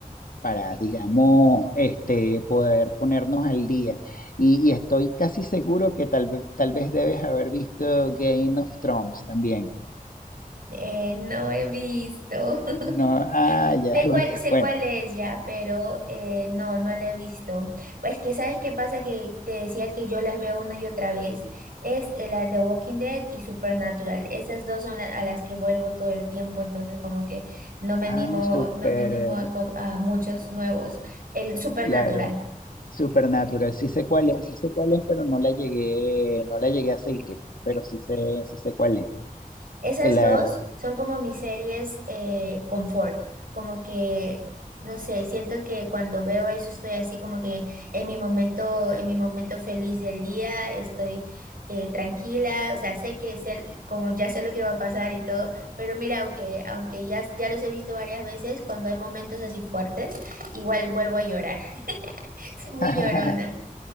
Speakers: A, on the left; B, on the right.
A: para, digamos, este, poder ponernos al día. Y, y estoy casi seguro que tal, ve- tal vez debes haber visto Game of Thrones también.
B: Eh, no he visto. <laughs>
A: No, ah, ya,
B: Sé
A: <laughs>
B: cuál, sé
A: bueno,
B: cuál es ya, pero eh, no, no la he visto. Pues que sabes qué pasa que te decía que yo las veo una y otra vez. Es eh, la de Walking Dead y Supernatural. Esas dos son las a las que vuelvo todo el tiempo, entonces como que no me
A: ah,
B: animo,
A: súper,
B: no me animo
A: eh,
B: a, co- a muchos nuevos. El Supernatural.
A: claro, Supernatural, sí sé cuál es, sí sé cuál es, pero no la llegué, no la llegué a seguir, pero sí sé, sí sé cuál es,
B: Esas
A: claro.
B: dos son como mis series eh, confort, como que, no sé, siento que cuando veo eso estoy así como que en mi momento, en mi momento feliz del día, estoy eh, tranquila, o sea, sé que es el- como ya sé lo que va a pasar y todo, pero mira, aunque, aunque ya, ya los he visto varias veces, cuando hay momentos así fuertes, igual vuelvo a llorar, <laughs> soy muy
A: <laughs>
B: llorona.